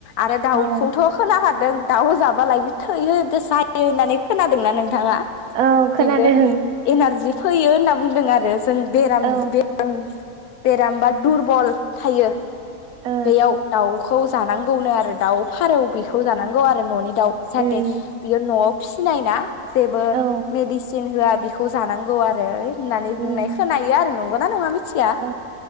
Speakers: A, on the left; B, on the right.
A: आरो दाउखौथ
B: औ
A: खोला हा दों दाउ जाबालायनो थैयो दोसायो होननानै खोनादोंना नोंथाङा?
B: औ खोनादों।
A: बिदिनो एनारजि फैयो होनना बुंदों आरो। जों बेराम
B: औ
A: बेराम बेरामबा दुरबल थायो।
B: ओ
A: बेयाव दाउखौ जानांगौनो आरो दाउ फारौ बेखौ जानांगौ आरो ननि दाउ साथे
B: उम
A: बियो नआव फिनाय ना जेबो
B: औ
A: मेदिसि होआ बेखौ जानांगौ आरो होननानै
B: उम
A: बुंनाय खोनायो आरो ना गौ ना नङा मि थिया
B: ओ